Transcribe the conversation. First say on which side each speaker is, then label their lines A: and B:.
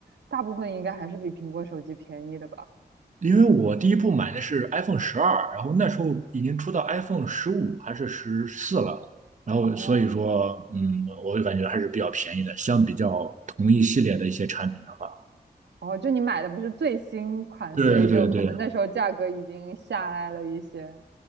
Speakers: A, on the right; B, on the right.
A: 大部分应该还是比苹果手机便宜的吧。
B: 因为我第一部买的是 iPhone 十二，然后那时候已经出到 iPhone 十五还是十四了，然后所以说，
A: 哦
B: 嗯，我就感觉还是比较便宜的，相比较同一系列的一些产品的话，
A: 哦，就你买的不是最新款，
B: 对对对，
A: 所以就可能那时候价格已经下来了一些。